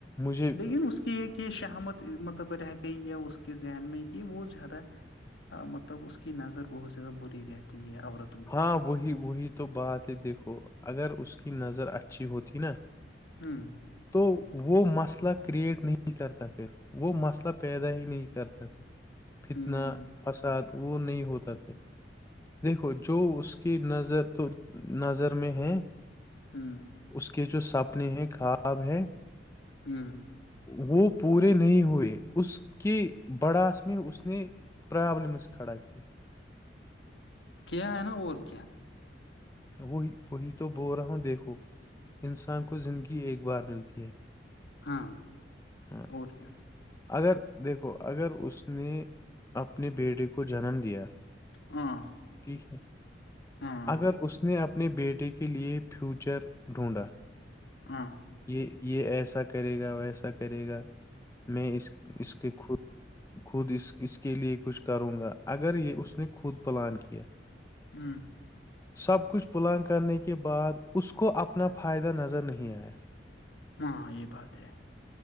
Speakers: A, on the left; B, on the left.
A: مجھے
B: لیکن اس کے کی ایک یہ شہمت مطلب رہ گئی ہے اس کے ذہن میں کہ وہ زیادہ مطلب اس کی نظر بہت زیادہ بری رہتی ہے عورت
A: ہاں وہی وہی تو بات ہے دیکھو اگر اس کی نظر اچھی ہوتی نا
B: ہوں
A: تو وہ مسئلہ کریئٹ نہیں کرتا پھر وہ مسئلہ پیدا ہی نہیں کرتا پھر فتنا
B: ہ
A: فساد وہ نہیں ہوتا پھر دیکھو جو اس کی نظر تو نظر میں ہے
B: ہاں
A: اس کے جو سپنے ہیں خواب ہے
B: ہوں
A: وہ پورے نہیں ہوئے اس کے بڑاس میں اس نے پررابلمس کھا ک کی
B: کہ آئے نا اور کیا
A: وہی وہی تو بول رہا ہوں دیکھو انسان کو زندگی ایک بار ملتی ہے
B: ہاں
A: ہاں
B: اور کیا
A: اگر دیکھو اگر اس نے اپنے بیٹے کو جنم دیا
B: ہاں
A: ٹھیک ہے
B: ہاں
A: اگر اس نے اپنے بیٹے کے لیے فیوچر ڈھونڈا
B: ہاں
A: یہ یہ ایسا کرے گا ویسا کرے گا میں اس اس کے خود خود اس اس کے لیے کچھ کروں گا اگر یہ اس نے خود پلان کیا
B: ہاں
A: سب کچھ پلانگ کرنے کے بعد اس کو اپنا فائدہ نظر نہیں آیا
B: ہاںاں یہ بات ہے